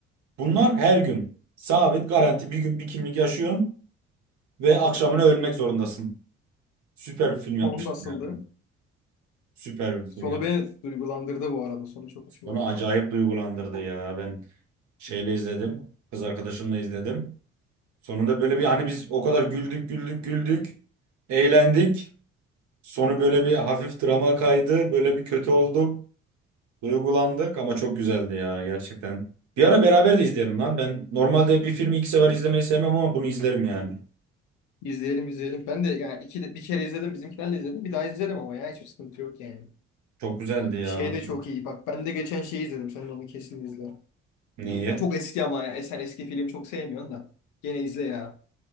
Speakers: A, on the right; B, on the left.
A: Bunlar her gün. Sabit garanti bir gün bir kimlik yaşıyorsun ve akşamına ölmek zorundasın. Süper bir film yapmıştım
B: Sonu nasıldı?
A: yani. Süper bir film
B: Sonu
A: ya.
B: beni duygulandırdı bu arada. Sonu çok hoşuma
A: Onu
B: gitti.
A: acayip duygulandırdı ya. Ben şeyle izledim. Kız arkadaşımla izledim. Sonunda böyle bir hani biz o kadar güldük güldük güldük. Eğlendik. Sonu böyle bir hafif drama kaydı. Böyle bir kötü olduk. Duygulandık ama çok güzeldi ya gerçekten. Bir ara beraber de izleyelim lan. Ben normalde bir filmi iki sefer izlemeyi sevmem ama bunu izlerim yani.
B: İzleyelim izleyelim. Ben de yani iki de, bir kere izledim. Bizimkilerle izledim. Bir daha izlerim ama ya hiçbir sıkıntı yok yani.
A: Çok güzeldi ya.
B: Şey de çok iyi. Bak ben de geçen şeyi izledim. Sen de onu kesin izle.
A: niye?
B: Çok eski ama ya. E, sen eski film çok sevmiyorsun da. Gene izle ya.